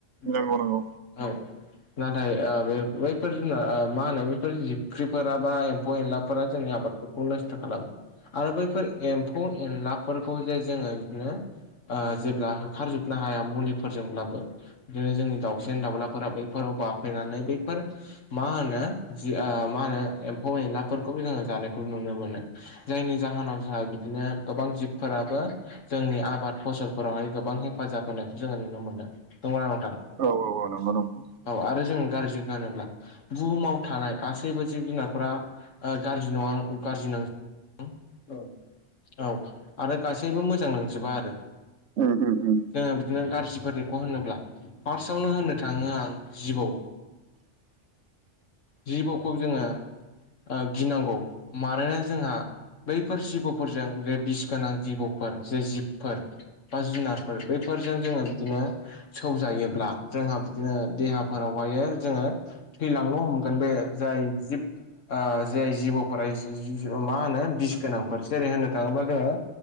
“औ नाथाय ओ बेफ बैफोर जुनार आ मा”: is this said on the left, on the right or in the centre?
Left